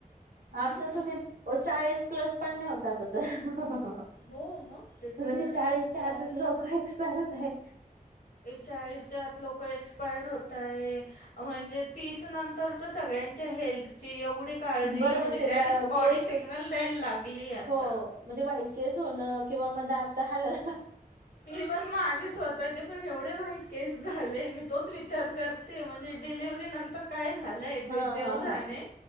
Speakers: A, on the left (about 70°); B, on the right (about 70°).
A: हम्म
B: आंता तुम्हीं चाळीस प्लसं पणं नाहीं होतांत आंता तरं.
A: हो मग ते
B: म्हणजे
A: तर आहेच
B: चाळीसच्यां
A: चाळीस
B: आंतच लोक एक्सपायर होतांय.
A: चाळीसच्या आंत लोक एक्सपायर होतांय म्हणजे तीस तीस नंतर तरं सगळ्यांच्या हेल्थ ची एवढी कांळजी
B: बरोबर
A: म्हणजे
B: ते
A: डायरेक्ट बॉडी
B: केस
A: सिग्नल द्यांयला लागलीय आंता.
B: हो म्हणजे व्हाईट केंस हो नं दांत हालल
A: इवन माझे स्वंतःचे पणं एवढे व्हाईट केंस झाले मी तोंच विचार विचार करते म्हणजे डिलिव्हरी नंतर कायं झालं लंय
B: हा
A: देवं
B: हा
A: जाणे
B: हा